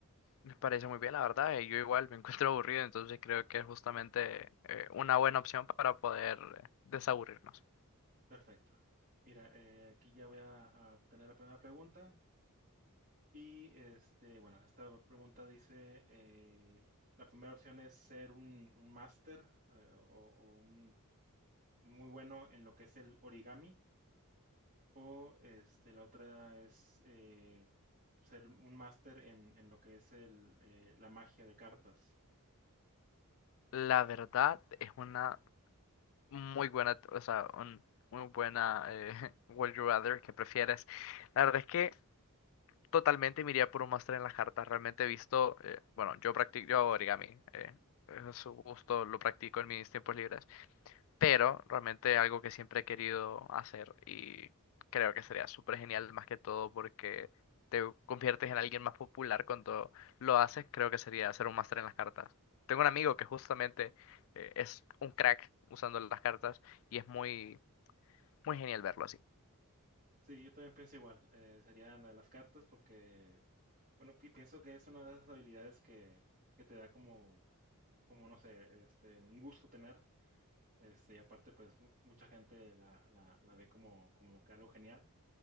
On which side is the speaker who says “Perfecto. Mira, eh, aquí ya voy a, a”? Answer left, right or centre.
Right